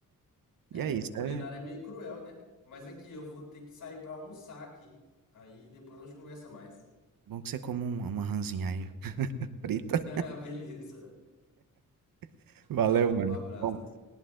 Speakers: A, on the left; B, on the right.
A: É,
B: E é isso,
A: a culinária
B: é é
A: é meio cruel, né? Mas aqui eu vou ter que sair pra almoçar aqui. Aí depois a gente conversa mais.
B: bom que você coma um uma rãzinha aí frita.
A: <laughs> Beleza.
B: <laughs> Valeu,
A: Falou,
B: mano.
A: um abraço
B: Bom
A: aí.